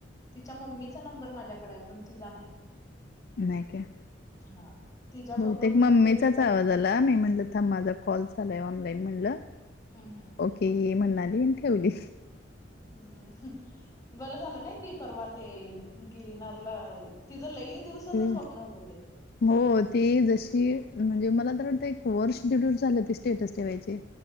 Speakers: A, on the left; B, on the left.
A: तिच्या मम्मीचा नंबर माझ्याकडं हाय पण तिचा नाही
B: नाय काय
A: हा तिच्यासोबत
B: बहुतेक मम्मीचाच
A: तू एकदा
B: आहे मी म्हटल थांब माझा कॉल चालू हाय ऑनलाईन म्हणटल.
A: हम्म हम्म
B: ती म्हणाली आणि ठेवली
A: हम्म बरं झालं नाही ती परवा ते गिरनार ला तिचं लई दिवसाचं
B: हम्म.
A: स्वप्न होतं ते
B: हो ती जशी म्हणजे मला तर वाटतंय एक वर्ष दीड वर्ष झालं ती स्टेटस ठेवायची